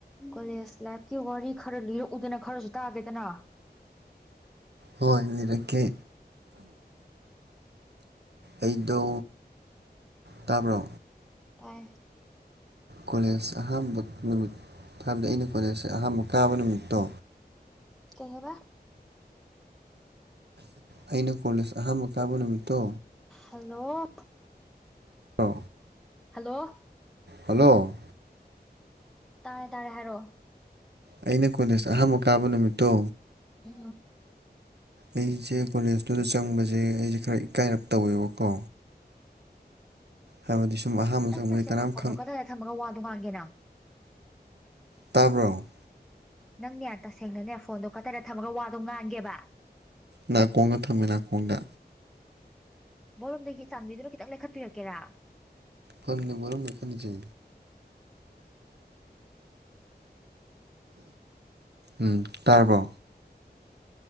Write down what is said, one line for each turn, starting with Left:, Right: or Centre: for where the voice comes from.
Centre: ꯀꯣꯂꯦꯖ ꯂꯥꯏꯐꯀꯤ ꯋꯥꯔꯤ ꯈꯔ ꯂꯤꯔꯛꯎꯗꯅ ꯈꯔꯁꯨ ꯇꯥꯒꯦꯗꯅ
Right: ꯍꯣꯏꯔꯀꯦ ꯑꯩꯗꯣ ꯇꯥꯕ꯭ꯔꯣ
Centre: ꯄꯥꯏ
Right: ꯀꯣꯂꯦꯖ ꯑꯍꯥꯟꯕ ꯅꯨꯃꯤꯠ ꯍꯥꯏꯕꯗꯤ ꯑꯩꯅ ꯀꯣꯂꯦꯖꯁꯦ ꯑꯍꯥꯟꯕ ꯀꯥꯕ ꯅꯨꯃꯤꯠꯇꯣ
Centre: ꯀꯩꯍꯕ
Right: ꯑꯩꯅ ꯀꯣꯂꯦꯖ ꯑꯍꯥꯟꯕ ꯀꯥꯕ ꯅꯨꯃꯤꯠꯇꯣ
Centre: ꯍꯜꯂꯣ
Right: ꯍꯣ
Centre: ꯍꯜꯂꯣ
Right: ꯍꯜꯂꯣ
Centre: ꯇꯥꯔꯦ ꯇꯥꯔꯦ ꯍꯥꯏꯔꯣ
Right: ꯑꯩꯅ ꯀꯣꯂꯦꯁ ꯑꯍꯥꯟꯕ ꯀꯥꯕ ꯅꯨꯃꯤꯠꯇꯣ
Centre: ꯑ
Right: ꯑꯩꯁꯦ ꯀꯣꯂꯦꯖꯇꯨꯗ ꯆꯪꯕꯁꯦ ꯑꯩꯁꯦ ꯈꯔ ꯏꯀꯥꯏꯔꯞ ꯇꯧꯋꯦꯕꯀꯣ ꯍꯥꯏꯕꯗꯤ ꯁꯨꯝ ꯑꯍꯥꯟꯕ
Centre: ꯅꯪ
Right: ꯆꯪꯕꯁꯦ
Centre: ꯇꯁꯦꯡꯅ
Right: ꯀꯅꯥꯝ ꯈꯪ
Centre: ꯐꯣꯟꯗꯣ ꯀꯗꯥꯏꯗ ꯊꯝꯃꯒ ꯋꯥꯗꯣ ꯉꯥꯡꯒꯦ ꯅꯪ
Right: ꯇꯥꯕ꯭ꯔꯣ
Centre: ꯅꯪꯅꯦ ꯇꯁꯦꯡꯅꯅꯦ ꯐꯣꯟꯗꯣ ꯀꯗꯥꯏꯔ ꯊꯝꯃꯒ ꯋꯥꯗꯣ ꯉꯥꯡꯒꯦꯕ
Right: ꯅꯥꯀꯣꯡꯒ ꯊꯝꯃꯦ ꯅꯥꯀꯣꯡꯗ
Centre: ꯕꯣꯔꯣꯝꯗꯒꯤ ꯆꯥꯟꯕꯤꯗꯨꯅ ꯈꯤꯇꯪ ꯂꯩꯈꯠꯄꯤꯔꯛꯀꯦꯔꯥ
Right: ꯐꯅꯤ ꯃꯔꯨꯝꯀꯅꯤꯖ ꯎꯝ ꯇꯥꯔꯕ